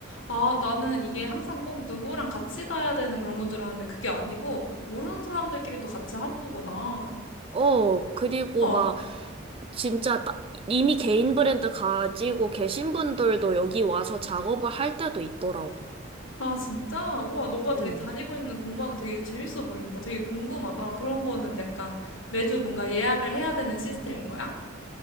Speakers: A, on the left; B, on the right.
A: 아, 나는 이게 항상 꼭 누구랑 같이 가야 되는 그런 건 줄 알았는데 그게 아니고 모르는 사람들끼리도 같이 하는 거구나.
B: 어, 그리고
A: 우와.
B: 막 진짜 따- 이미 개인 브랜드 가지고 계신 분들도 여기 와서 작업을 할 때도 있더라고.
A: 아, 진짜? 우와, 너가 대-
B: 응.
A: 다니고 있는 공방 되게 재밌어 보인다. 되게 궁금하다. 그런 거는 약간 매주 뭔가 예약을 해야 되는 시스템인 거야?